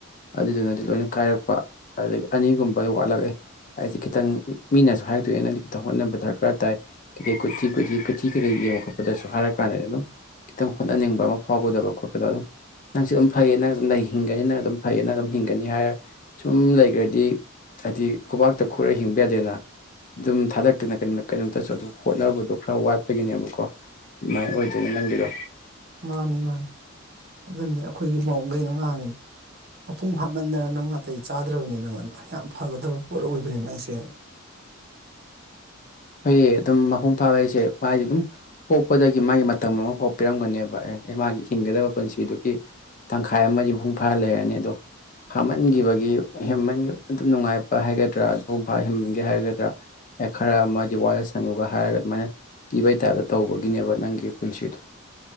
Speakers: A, on the left; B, on the right.
A: ꯑꯗꯨꯗꯨꯅꯗꯤ ꯂꯣꯏꯅ ꯀꯥꯏꯔꯛꯄ ꯑꯗꯨꯗꯒꯤ ꯑꯅꯤꯒꯨꯝꯕ ꯋꯥꯠꯂꯛꯑꯦ ꯑꯩꯖꯦ ꯈꯤꯇꯪ ꯃꯤꯅꯁꯨ ꯍꯥꯏꯔꯛꯇꯣꯏꯅꯦ ꯅꯪꯗꯤ <unintelligible> ꯍꯣꯠꯅꯕ ꯗꯔꯀꯥꯔ ꯇꯥꯏ ꯀꯩꯀꯩ ꯀꯨꯊꯤ ꯀꯨꯊꯤ ꯀꯨꯊꯤ ꯀꯩꯀꯩ ꯌꯦꯡꯕ ꯈꯣꯠꯄꯗꯁꯨ ꯍꯥꯏꯔ ꯀꯥꯟꯗ ꯑꯗꯨꯝ ꯈꯤꯇꯪ ꯍꯣꯠꯅꯅꯤꯡꯕ ꯑꯃ ꯐꯥꯎꯒꯗꯕ ꯈꯣꯠꯀꯗꯕ ꯑꯗꯨꯝ ꯅꯪꯁꯦ ꯑꯗꯨꯝ ꯐꯩꯌꯦ ꯅꯪ ꯑꯗꯨꯝ ꯍꯤꯡꯒꯅꯤ ꯅꯪ ꯑꯗꯨꯝ ꯐꯩꯌꯦ ꯅꯪ ꯑꯗꯨꯝ ꯍꯤꯡꯒꯅꯤ ꯍꯥꯏꯔ ꯁꯨꯝ ꯂꯩꯒ꯭ꯔꯗꯤ ꯍꯥꯏꯗꯤ ꯈꯨꯕꯥꯛꯇ ꯈꯨꯔꯥ ꯍꯤꯡꯕ ꯌꯥꯗꯦꯅ ꯑꯗꯨꯝ ꯊꯥꯗꯛꯇꯅ ꯀꯟ ꯀꯩꯅꯣꯝꯇꯁꯨ ꯑꯗꯨ ꯍꯣꯠꯅꯕꯗꯣ ꯈꯔ ꯋꯥꯠꯄꯒꯤꯅꯦꯕꯀꯣ ꯑꯗꯨꯃꯥꯏꯅ ꯑꯣꯏꯗꯣꯏꯅꯦ ꯅꯪꯒꯤꯗꯣ
B: ꯃꯥꯅꯤ ꯃꯥꯅꯤ ꯑꯗꯨꯅꯗꯤ ꯑꯩꯈꯣꯏꯒꯤ ꯃꯧꯒꯩꯅ ꯉꯥꯡꯉꯤꯅꯤ ꯃꯄꯨꯡ ꯐꯥꯃꯟꯗꯅ ꯅꯪ ꯅꯥꯇꯩ ꯆꯥꯗ꯭ꯔꯕꯅꯤ ꯅꯪ ꯑꯅꯥ ꯌꯥꯝ ꯐꯥꯒꯗꯕ ꯄꯣꯠ ꯑꯣꯏꯕꯅꯦ ꯅꯪꯁꯦꯅ
A: ꯐꯩꯌꯦ ꯑꯗꯨꯝ ꯃꯄꯨꯡ ꯐꯥꯕ ꯍꯥꯏꯁꯦ ꯃꯥꯏ ꯑꯗꯨꯝ ꯄꯣꯛꯄꯗꯒꯤ ꯃꯥꯒꯤ ꯃꯇꯝ ꯑꯃ ꯐꯥꯎ ꯄꯤꯔꯝꯒꯅꯦꯕ ꯑꯦ ꯃꯥꯒꯤ ꯍꯤꯡꯒꯗꯕ ꯄꯨꯟꯁꯤꯗꯨꯒꯤ ꯇꯪꯈꯥꯏ ꯑꯃꯗꯤ ꯃꯄꯨꯡ ꯐꯥꯔ ꯂꯩꯔꯅꯤ ꯑꯗꯣ ꯐꯃꯟꯒꯤꯕꯒꯤ ꯍꯦꯟꯃꯟ ꯑꯗꯨ ꯅꯨꯡꯉꯥꯏꯕ ꯍꯥꯏꯒ <unintelligible> ꯈꯔ ꯑꯃ ꯋꯥꯔꯁꯅꯨꯒ ꯍꯥꯏꯔꯒ ꯑꯗꯨꯃꯥꯏꯅ ꯄꯤꯕꯩ ꯇꯥꯏꯞꯇ ꯇꯧꯕꯒꯤꯅꯦꯕ ꯅꯪꯒꯤ ꯄꯨꯟꯁꯤꯗꯣ